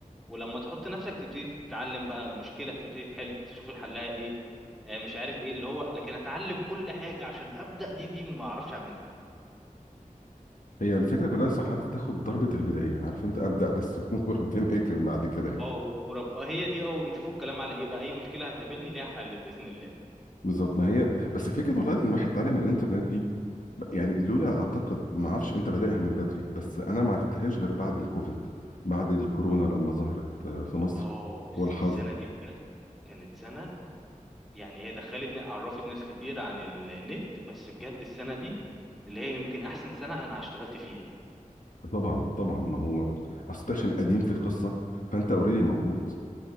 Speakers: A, in the centre; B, on the left.
A: ولما تحط نفسك تبتدي تتعلم بقى مشكلة تبتدي تحل تشوف الحلها ايه آه، مش عارف ايه اللي هو لكن اتعلم كل حاجة عشان ابدأ دي دي ما اعرفش اعملها
B: هي الفكره كلها صح عارف تاخد ضربه البدايه عارف انت ابدا بس <laughs> وربنا يكرم بعد كده يعني
A: اه و- ورب آه، هي دي اه ونشوفوا الكلام على ايه بقى اي مشكلة هتقابلني ليها حل بإذن الله
B: بالظبط ما هي بس فكره والله ان الواحد اتعلم من الانترنت دي ب- يعني لولا اعتقد ما اعرفش انت بادئها من بدري بس انا ما عرفتهاش غير بعد الكوفيد بعد الكورونا لما ظهرت آه، في مصر
A: اه الس-
B: والحظر
A: السنة دي بجد كانت سنة يعني هي دخلت ن- عرفت ناس كتير عن النت بس بجد السنة دي اللي هي يمكن احسن سنة انا اشتغلت فيها
B: طبعا طبعا ما هو اصل أنت عشان قديم في القصه فانت اوريدي موجود